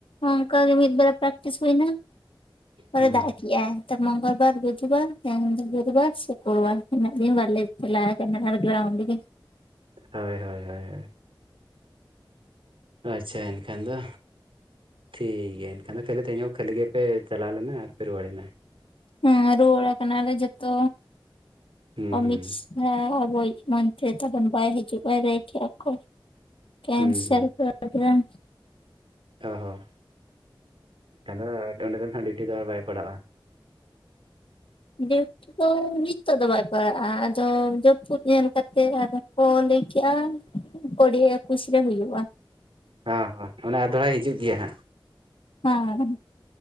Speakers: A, on the left; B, on the right.
A: ᱚᱝᱠᱟ ᱜᱤ ᱢᱤᱫ ᱵᱮᱲᱟ ᱯᱨᱮᱠᱴᱤᱥ ᱦᱩᱭᱱᱟ ᱟᱨᱚ
B: ᱦᱩᱸ
A: ᱫᱟᱜ ᱠᱮᱫᱟᱭ ᱢᱚᱝᱜᱚᱞ ᱵᱟᱨ ᱵᱩᱫᱵᱟᱨ ᱮᱱ ᱵᱩᱫᱵᱟᱨ ᱥᱩᱠᱨᱵᱟᱨ, ᱠᱱᱟ ᱫᱤᱱ ᱵᱟᱨᱞᱤᱟᱨ ᱠᱷᱮᱞᱟ ᱟᱠᱟᱫ ᱡᱽᱟᱲᱜᱨᱟᱢ ᱨᱤᱜᱤ
B: ᱦᱳᱭ ᱦᱳᱭ ᱦᱳᱭᱳ ᱟᱪᱷᱟ ᱮᱱᱠᱷᱟᱱ ᱫᱚ ᱴᱷᱤᱠ ᱜᱮᱭᱟ ᱮᱱᱠᱷᱟᱱ ᱫᱚ ᱠᱷᱟᱹᱞᱤ ᱛᱮᱦᱧᱚᱜ ᱠᱷᱟᱹᱞᱤ ᱜᱮᱯᱮ ᱪᱟᱞᱟᱣ ᱞᱮᱱᱟ ᱟᱨ ᱯᱮ ᱨᱩᱣᱟᱹᱲᱮᱱᱟ
A: ᱦᱮ ᱨᱩᱣᱟᱹᱲ ᱠᱟᱱᱟᱞᱮ ᱡᱚᱛᱚ
B: ᱦᱩᱸ
A: ᱚᱢᱤᱠᱥ
B: ᱦᱩᱸ
A: ᱦᱮᱸ ᱟᱵᱩᱭᱤᱡ ᱢᱚᱱᱛᱨᱤ ᱛᱟᱵᱚᱱ ᱵᱟᱭ ᱦᱤᱡᱩᱜ ᱟ ᱞᱟᱭ ᱠᱮᱛ-ᱟ ᱠᱩ ᱠᱮᱱᱥᱟᱨ
B: ᱦᱩᱸ ᱦᱩᱸ
A: ᱯᱨᱚᱜᱨᱟᱢ
B: ᱚ ᱦᱚᱸ ᱮᱱᱠᱷᱟᱱ ᱫᱚ ᱚᱸᱰᱮ ᱫᱚ ᱱᱟᱦᱜ ᱰᱤᱭᱩᱴᱤ ᱫᱚ ᱵᱟᱭ ᱯᱟᱲᱟᱜᱼᱟ
A: ᱰᱮᱣᱴᱤᱜ ᱟᱫᱚ ᱱᱤᱛᱚᱜ ᱫᱚ ᱵᱟᱭ ᱯᱟᱲᱟᱜᱼᱟ ᱟᱫᱚ ᱡᱟᱹᱯᱩᱫ ᱧᱮᱞ ᱠᱟᱛᱮᱫ ᱟᱫᱚ ᱠᱚ ᱞᱟᱹᱭ ᱠᱮᱫᱼᱟ ᱠᱩᱲᱤ ᱮᱠᱩᱥ ᱨᱮ ᱦᱩᱭᱩᱜᱼᱟ
B: ᱚ ᱦᱚᱸᱮᱸ ᱚᱱᱟ ᱟᱨ ᱫᱚᱲᱟᱭ ᱦᱤᱡᱩᱜ ᱜᱮᱭᱟ ᱦᱟᱸᱜ
A: ᱦᱮᱸ